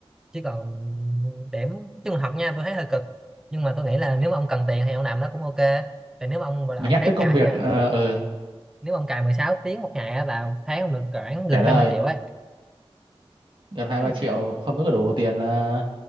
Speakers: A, in the centre; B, on the right (about 55°).
A: chứ còn điểm nói chung là học nha tôi thấy hơi cực nhưng mà tôi nghĩ là nếu mà ông cần tiền thì ông làm nó cũng ok tại nếu mà ông gọi là
B: mà
A: ông
B: nhắc
A: ráng
B: tới công
A: cày
B: việc
A: nha
B: ờ ừ
A: nếu mà ông cày 16 tiếng một ngày á, là tháng ông được khoảng gần
B: trả lời
A: 20 triệu ấy
B: gần hai
A: <laughs>
B: ba triệu không biết có đủ tiền ờ,